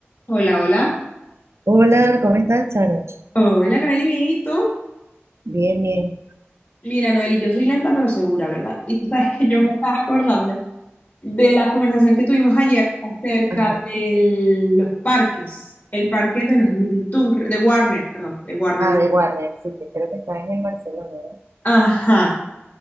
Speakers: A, on the left; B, on the right.
A: Hola, hola.
B: Hola, ¿cómo estás, Charo?
A: Hola, Noeli, bien, ¿y tú?
B: Bien, bien.
A: Mira, Noeli, yo soy lenta pero segura, ¿verdad? Y tú sabes que yo me estaba acordando de la conversación que tuvimos ayer acerca
B: Ajá.
A: de los parques, el parque de los Looney Tunes, creo- de Warner, perdón, de Warner.
B: Ah,
A: Bros.
B: de Warner, sí, que creo que estás en Barcelona, ¿no?
A: Ajá.